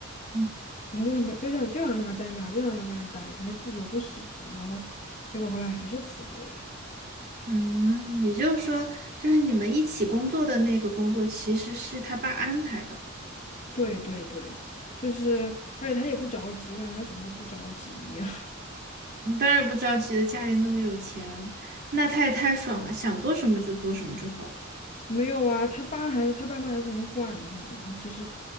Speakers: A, on the right (about 55°); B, on the left (about 40°).
A: 嗯
B: 然后就想把就想就让他在那儿就让他在那儿待着，他自己又不喜欢，然后结果后来还是辞职了。
A: 嗯，也就是说，就是你们一起工作的那个工作，其实是他爸安排的。
B: 对对对，就是而且他也不着急，我感觉他什么都不着急一样
A: 嗯当然不着急的，家里那么有钱，那他也太爽了，想做什么就做什么就好了。
B: 没有啊，他爸还是他爸妈还是很管着他的，他其实